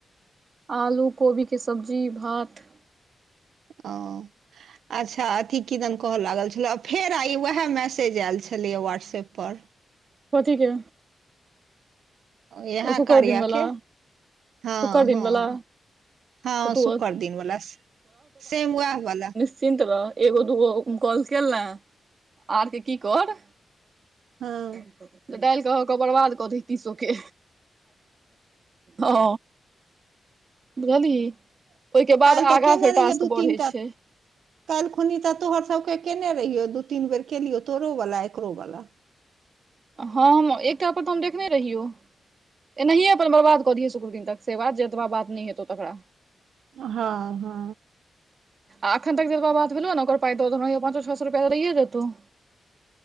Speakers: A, on the right; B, on the right.
A: आलू कोबीके सब्जी भात।
B: ओ अच्छा अथी किदन कहय लागल छलै। आ फेर आ ई उएह मैसेज आयल छलै व्हाट्सऐप पर।
A: कथी के ओ
B: इएह
A: शुक्र
B: कार्यके
A: दिन वला
B: हँ
A: शुक्र
B: हँ।
A: दिन वला
B: हँ,
A: तऽ तू
B: शक्कर दिनवला सेम वएह वा।
A: चिन्त रह, एगो दूगो कॉल केल ने, आरके की कर?
B: हँ
A: तऽ डालि कऽ अहाँके बर्बाद कऽ दी, तेसोके। ह बुझली? ओहिके बाद
B: काल्हि तऽ
A: आगा
B: केने
A: फेर
B: रहियै
A: टास्क
B: दू
A: बढ़ै
B: तीन टा
A: छै।
B: काल्हि खुनी तऽ तोहर सभकेँ कयने रहियौ दू तीन बेर केलियौ तोहरोवला, एकरोवला।
A: हँ एकटा पर तऽ हम देखने रहियौ एनाहिए अपन बर्बाद कऽ दिय। शुक्रदिन तक सेवा जेतबा बात नहि हेतौ तकरा।
B: हँ हँ
A: आ अखन तक जे ओहिपर बात भेलौं हँ, ओकर पाय दऽ हँ, पाँचो छौ सय रुपैया तऽ दैए देतौ।